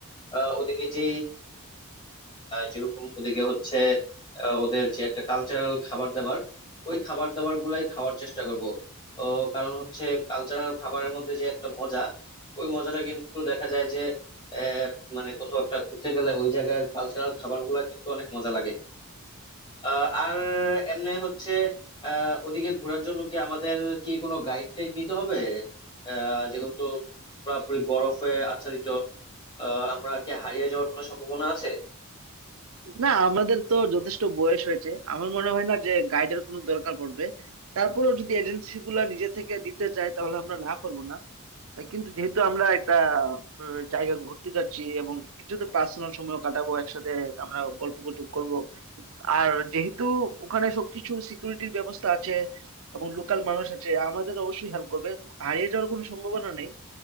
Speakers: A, on the left; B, on the right.
A: আহ, ওদিকে যে যেরকম ওদিকে হচ্ছে আহ, ওদের যে একটা কালচারাল খাবার দাবার ওই খাবার দাবার গুলাই খাওয়ার চেষ্টা করব তো কারণ হচ্ছে কালচারাল খাবারের মধ্যে যে একটা মজা ওই মজাটা কিন্তু দেখা যায় যে আহ, মানে কোথাও একটা ঘুরতে গেলে ওই জায়গার কালচারাল খাবার গুলা কিন্তু অনেক মজা লাগে আহ, আর এমনি হচ্ছে আহ ওদিকে ঘোরার জন্য কি আমাদের কি কোনো গাইড টাইড নিতে হবে আহ যেহেতু পুরোপুরি বরফে আচ্ছাদিত আহ আমরা কি হারিয়ে যাওয়ার কোনো সম্ভাবনা আছে
B: না আমাদের তো যথেষ্ট বয়স হয়েছে আমার মনে হয় না যে গাইডের কোনো দরকার পড়বে তারপরেও যদি এজেন্সি গুলা নিজে থেকে দিতে চায় তাহলে আমরা না করব না কিন্তু যেহেতু আমরা একটা আহ, জায়গা ঘুরতে যাচ্ছি এবং কিছু তো পার্সোনাল সময় কাটাবো একসাথে আমরা গল্প গুজব করবো আর যেহেতু ওখানে সবকিছু সিকিউরিটির ব্যবস্থা আছে এবং লোকাল মানুষ আছে আমাদের অবশ্যই হেল্প করবে হারিয়ে যাওয়ার কোনো সম্ভাবনা নেই